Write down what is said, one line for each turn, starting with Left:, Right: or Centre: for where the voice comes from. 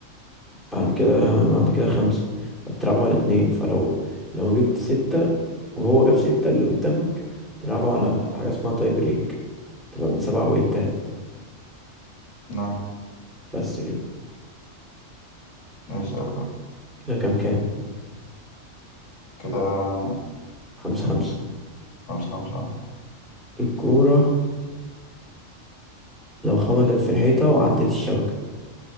Centre: بعد
Left: مم.
Centre: كده بعد كده خمسة فبتلعبوا على اتنين فلو لو جبت ستة وهو جاب ستة اللي قدامك تلعبوا على حاجة اسمها تاي بريك تبقى من سبعة بوينتات
Left: ناي
Centre: بس كده
Left: اسأل بقى
Centre: كده كام كام
Left: كده
Centre: خمسة خمسة
Left: خمسة خمسة
Centre: الكورة لو خبطت في الحيطة وعدت الشبكة